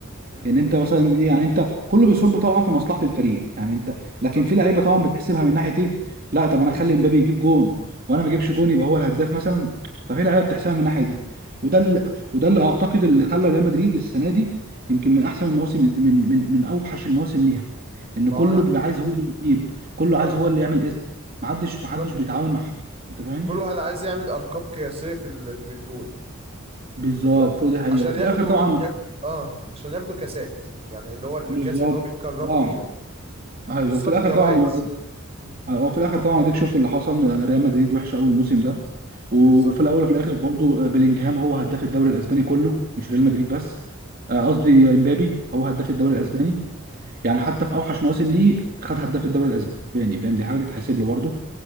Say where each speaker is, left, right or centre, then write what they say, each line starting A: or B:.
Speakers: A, on the right; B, on the right.
A: امم
B: يعني انت مثلا ايه يعني انت كله بيصب طبعا في مصلحه الفريق يعني انت
A: بالظبط
B: لكن في لعيبه طبعا بتحسبها من ناحيه ايه لا طب انا اخلي مبابي يجيب جون وانا ما
A: مم.
B: اجيبش جون يبقى هو الهداف مثلا ففي لعيبه بتحسبها من الناحيه دي وده اللي
A: مم.
B: وده اللي اعتقد اللي خلى ريال مدريد السنه دي يمكن من احسن المواسم من من من اوحش المواسم ليها ان
A: ما
B: كله
A: هو انا
B: بيبقى عايز هو اللي يجيب كله عايز
A: اه
B: هو اللي يعمل اسم محدش
A: بالظبط
B: محدش بيتعاون مع حد انت فاهم
A: كل واحد عايز يعمل ارقام قياسيه في ال... في الجول
B: بالظبط
A: ف...
B: هو دي حقيقه
A: عشان
B: وفي
A: ياخدوا
B: الاخر طبعا
A: ياخد... اه عشان ياخدوا كاسات يعني اللي هو الكاس
B: بالظبط
A: اللي هو بيتكرموا
B: اه
A: بيه ده
B: ايوه
A: بالظبط
B: وفي الاخر
A: جوائز
B: طبعا
A: مم.
B: وفي الاخر طبعا اديك شفت اللي حصل آه، ريال مدريد وحشه قوي الموسم ده و-
A: بالظبط
B: وفي الاول وفي الاخر برضه بلينجهام هو هداف الدوري الاسباني كله مش ريال
A: مم.
B: مدريد بس آه، قصدي امبابي هو هداف الدوري الاسباني يعني حتى في اوحش مواسم ليه خد هداف الدوري الاسباني فاهم دي حاجه تتحسب له برضه